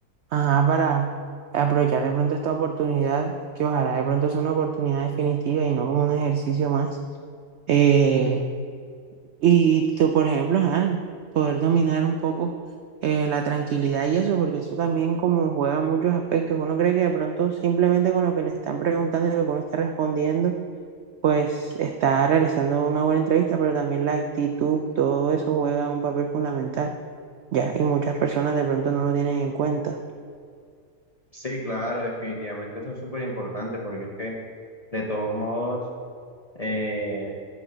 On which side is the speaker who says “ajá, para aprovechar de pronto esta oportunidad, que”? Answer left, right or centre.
Right